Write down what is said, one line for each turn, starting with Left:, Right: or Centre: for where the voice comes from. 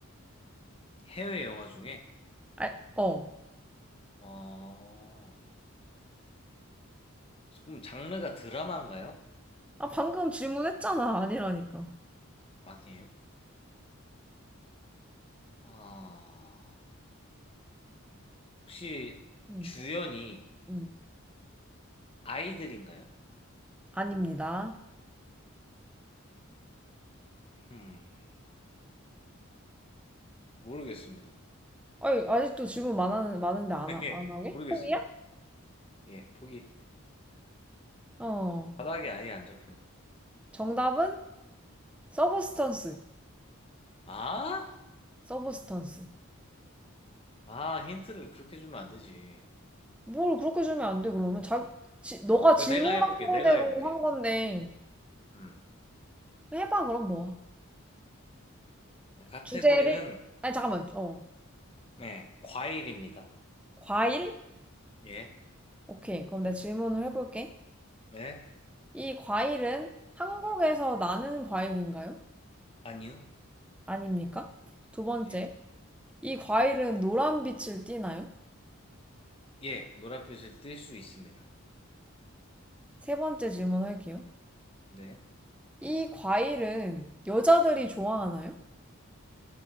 Left: 해외 영화 중에?
Centre: 아, 어.
Left: 어, 그럼 장르가 드라마인가요?
Centre: 아, 방금 질문했잖아. 아니라니까.
Left: 아니에요? 아, 혹시
Centre: 음,
Left: 주연이
Centre: 음.
Left: 아이들인가요?
Centre: 아닙니다.
Left: 음, 모르겠습니다.
Centre: 아니, 아직도 질문 많은, 많은데 안,
Left: <laughs>
Centre: 하-
Left: 예,
Centre: 안 하게?
Left: 모르겠습니다.
Centre: 포기야?
Left: 예, 보기.
Centre: 어.
Left: 바닥에 아예 안 잡혀요.
Centre: 정답은 서브스턴스.
Left: 아?
Centre: 서브스턴스.
Left: 아, 힌트를 그렇게 주면 안 되지.
Centre: 뭘 그렇게 주면 안 돼, 그러면. 자, 지, 너가 질문한
Left: 그러니까 내가 해볼게,
Centre: 거대로
Left: 내가 해볼게.
Centre: 한 건데.
Left: 음.
Centre: 해봐, 그럼 너가.
Left: 네, 카테고리는,
Centre: 주제를, 아니, 잠깐만, 어.
Left: 네, 과일입니다.
Centre: 과일?
Left: 예,
Centre: 오케이. 그럼 내가 질문을 해볼게.
Left: 네,
Centre: 이 과일은 한국에서 나는 과일인가요?
Left: 아니요.
Centre: 아닙니까? 두 번째.
Left: 예,
Centre: 이 과일은 노란 빛을 띠나요?
Left: 예, 노란빛을 띨 수 있습니다.
Centre: 세 번째 질문할게요.
Left: 네,
Centre: 이 과일은 여자들이 좋아하나요?